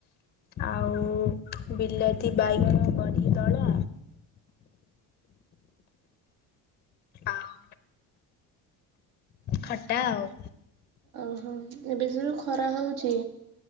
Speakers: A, on the left; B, on the right.
A: ଆଉ ବିଲାତି ବାଇଗଣ ଉଁ ଦଳା ଆଉ ଖଟା ଆଉ।
B: ଓହୋ ଏବେ ସବୁ ଖରା ହୋଉଛି